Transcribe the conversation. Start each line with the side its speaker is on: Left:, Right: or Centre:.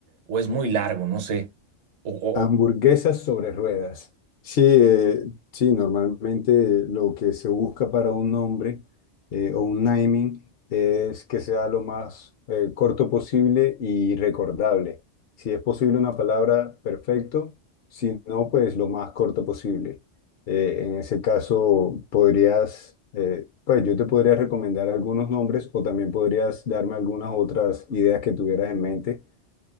Right: o es muy largo, no sé. O, o-
Left: Hamburguesas
Right: o-
Left: sobre ruedas. Sí, eh, sí, normalmente lo que se busca para un nombre eh, o un naming es que sea lo más eh, corto posible y recordable. Si es posible una palabra, perfecto. Si no, pues lo más corto posible. Eh, en ese caso, podrías, eh, pues yo te podría recomendar algunos nombres o también podrías darme algunas otras ideas que tuvieras en mente